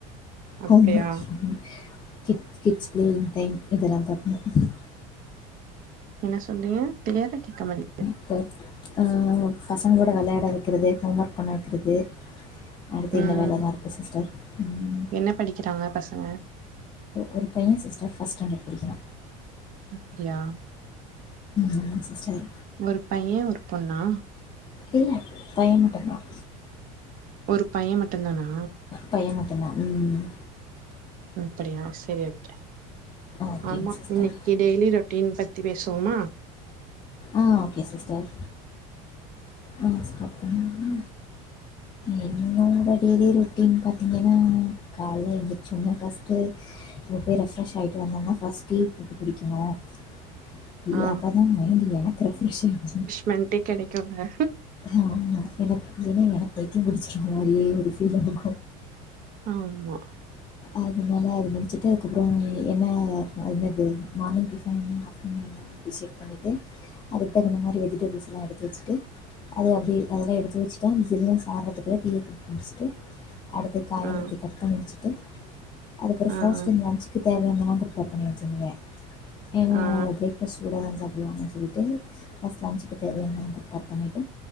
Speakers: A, on the right; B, on the left.
A: அப்டியா
B: ஹோம் work kid kids playing time இதெல்லாம் பத்தணும்
A: என்ன சொல்றீங்க கிளியரா கேட்க மாடி
B: இப்ப ஆ பசங்களோட விளையாட வைக்கிறது ஹோம் ஒர்க் பண்ண வைக்கிறது அடுத்து
A: ம்
B: இந்த வேலை தா இருக்கு சிஸ்டர் ம்
A: என்ன படிக்கிறாங்க பசங்க
B: ஒரு பையன் சி்ஸ்டர் பஸ்ட் ஸ்டாண்டர்ட் படிக்கிறா
A: அப்டியா
B: ஆமா சிஸ்டர்
A: ஒரு பையன் ஒரு பொண்ணா
B: இல்ல பையன் மட்டுதான்
A: ஒரு பையன் மட்டும்தானா
B: பையன் மட்டுதான் ம
A: அப்டியா சேரி ஓகே
B: ஓகேங்க
A: ஆமா
B: சிஸ்டர்
A: இன்னிக்கே டெய்லி ரொட்டீன் பத்தி பேசுவோமா
B: ஆ ஓகே சிஸ்டர் ஆ ஸ்டாட்‌ பண்ணிருவோமா என்னோட டெய்லி ரொட்டின் பா பார்த்திங்கன்னா கால்லே எந்திருச்சனுடனே பஸ்ட்டு அங்க போய் ரெப்ரஷ் ஆகிட்டு வந்தம்னா பஸ்டு டீ போட்டு குடிக்கோணும் டீ
A: ஆ
B: அப்போ தான் மைண்டு எனக்கு ரெப்ரெஷ் ஆய்டுச்சு
A: மண் டீ கெடைக்கும்ங்க
B: ஆமா எனக் இல்லனா பைத்திய புடிச்ச மாரியே ஒரு பீல் ஆகு
A: ஆமா
B: அதனால அது முடிச்சிட்டு அதுக்கப்பறோ என்ன அனது மார்னிங் டிபன் என்ன ஆப்டர்நூன் என்ன டிசைட் பண்ணிட்டு அதுக்கு தகுந்த மாரி வெஜிடபிள்ஸ்லாம் எடுத்து வச்சிட்டு அது அப்டி அதெல்லாம் எடுத்து வச்சிட்டு சில்நெஸ் ஆறதுக்குள்ள டீயை குடிச்சு முடிச்சிட்டு அடுத்து காய
A: ஆ
B: எல்லாத்தையும் கட் பண்ணி வச்சுட்டு அதுக்கொரு ஃபர்ஸ்ட்
A: ஆ
B: இந்த லன்ஞ்சு க்கு தேவையானதலா பிரிப்பேர் பண்ணி வச்சிருவே ஏன்னா
A: ஆ
B: இப்ப சூடா வந்து சாப்டுவாங்கன்னு சொல்லிட்டு ஃபர்ஸ்ட் லன்சுக்கு தேவையானதலாம் பிரிப்பேர் பண்ணிட்டு